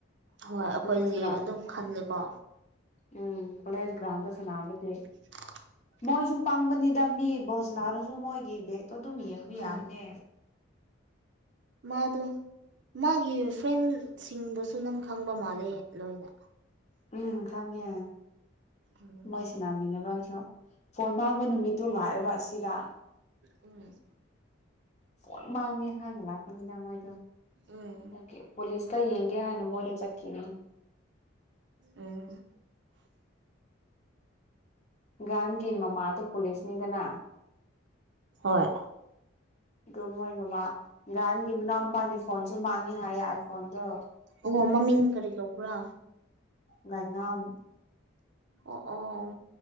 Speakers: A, on the right; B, on the left.
A: ꯍꯣꯏ ꯑꯩꯈꯣꯏꯗꯤ
B: ꯀꯣꯂꯦꯖ ꯒ꯭ꯔꯥꯎꯟ
A: ꯑꯗꯨꯝ ꯈꯜꯂꯦꯀꯣ
B: ꯎꯝ ꯀꯣꯂꯦꯁ ꯒꯔꯥꯎꯗ ꯁꯅꯥꯕꯗꯤ
A: <unintelligible>
B: ꯃꯣꯏꯁꯨ ꯄꯥꯡꯕꯅꯤꯗ ꯃꯤ ꯕꯣꯜ ꯁꯅꯥꯅꯁꯨ ꯃꯣꯏꯒꯤ ꯕꯦꯒꯇꯣ ꯑꯗꯨꯝ ꯌꯦꯡꯕ
A: ꯎꯝ
B: ꯌꯥꯔꯅꯦ
A: ꯃꯥꯗꯣ ꯃꯥꯒꯤ ꯐ꯭ꯔꯦꯟꯁꯤꯡꯗꯨꯁꯨ ꯅꯪ ꯈꯪꯕ ꯃꯥꯜꯂꯦ ꯂꯣꯏꯅ
B: ꯎꯝ ꯈꯪꯉꯦ
A: ꯎꯝ
B: ꯃꯣꯏ ꯁꯥꯟꯅꯃꯤꯟꯅꯕꯁꯨ ꯐꯣꯟ ꯃꯥꯡꯕ ꯅꯨꯃꯤꯠꯇꯨ ꯂꯥꯛꯑꯦꯕ ꯑꯁꯤꯗ
A: ꯎꯝ
B: ꯐꯣꯟ ꯃꯥꯡꯉꯦ ꯍꯥꯏꯅ ꯂꯥꯛꯄꯅꯤꯗ ꯃꯣꯏꯗꯣ
A: ꯎꯝ
B: ꯑꯗꯨꯒꯤ ꯄꯣꯂꯤꯁ ꯇ ꯌꯦꯡꯒꯦ ꯍꯥꯏꯅ ꯃꯣꯏꯗ ꯆꯠꯈꯤꯕꯅꯦ
A: ꯎꯝ
B: ꯒꯥꯟꯒꯤ ꯃꯃꯥꯗꯣ ꯄꯨꯂꯤꯁꯅꯤꯗꯅ
A: ꯍꯣꯏ
B: ꯑꯗꯨ ꯃꯣꯏ ꯃꯃꯥ ꯉꯥꯟꯒꯤ ꯃꯅꯥꯎ ꯅꯨꯄꯥꯒꯤ ꯐꯣꯟꯁꯨ ꯃꯥꯡꯉꯦ ꯍꯥꯏꯌꯦ ꯑꯥꯏꯐꯣꯟꯗꯣ
A: ꯑꯣ ꯃꯃꯤꯡ ꯀꯔꯤ ꯀꯧꯕ꯭ꯔꯥ
B: ꯒꯥꯏꯉꯥꯝ
A: ꯑꯣ ꯑꯣ